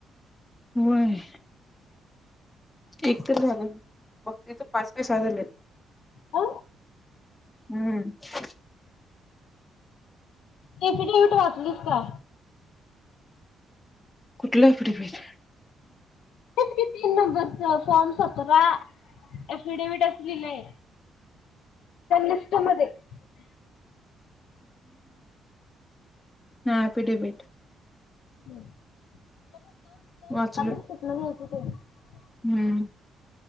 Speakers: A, on the left; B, on the left.
A: होय. एक तर झालं मग त्याच पाच पैसा झाले.
B: अ
A: हम्म.
B: ते <unintelligible> तु वाचलीस का?
A: कुठला? <unintelligible>
B: तेच की, तीन नंबरच फॉर्म सतरा अफिडेविडफ लिलय <unintelligible> <unintelligible>
A: हा अफिडेविट
B: हम्म! <unintelligible>
A: वाचलोय
B: हो
A: हम्म!